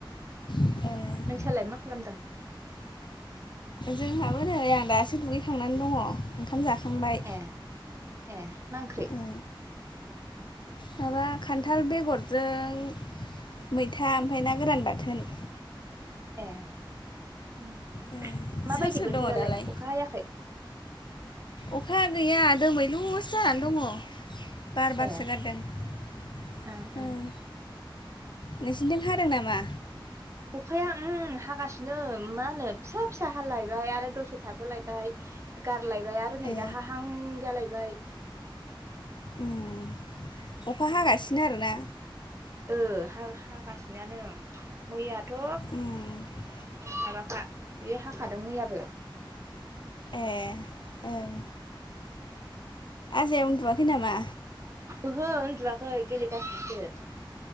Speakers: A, on the left (about 60°); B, on the right (about 35°).
A: जाखो
B: नोंसालाय मा खालामदों?
A: जोंहाबो नै आं दासो दुगैखांनानै दङ। ओंखाम जाखांबाय
B: ए ए मा ओंख्रि
A: ओ।
B: <inaudible>
A: माबा खान्थाल बेगरजों मैथा ओमफाय ना गोरान बाथोन।
B: ए उम
A: ओ
B: माबायदि
A: सोर सोर
B: बोथोरालाय
A: दङ दालाय
B: अखा हायाखै?
A: अखा गैया दोमैलु सो जानानै दङ। बार बारसो
B: ए
A: गारदों ओम।
B: ओं ओं
A: नोंसिनिथिं हादों नामा?
B: अखाया उम हागासिनो मा होनो फिसा फिसा हालायबाय आरो दसे थाथ'लायबाय। गारलायबाय आरो नै
A: ए
B: दा हाहां जालायबाय।
A: उम अखा हागासिनो आरोना।
B: ओ हागासिनो आनो मैयाथ'
A: उम हो।
B: माबाखा बेयो हाखादों मैयाबो।
A: एह ओं। आजाया उनदुआखै नामा?
B: ओहो उन्दुवाखै गेलेगासिनोसो।